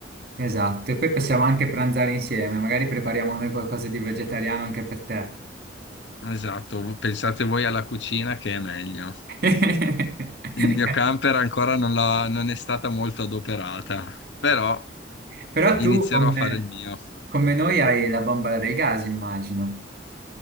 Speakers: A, on the right; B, on the left.
A: esatto. E poi possiamo anche pranzare insieme, magari prepariamo noi qualcosa di vegetariano anche per te.
B: Esatto, pensate voi alla cucina che è meglio.
A: <laughs>
B: Il mio camper ancora non l'ha- non è stata molto adoperata, però
A: Però
B: Inizierò
A: tu, come,
B: a fare il mio.
A: come noi, hai la bombola del gas, immagino.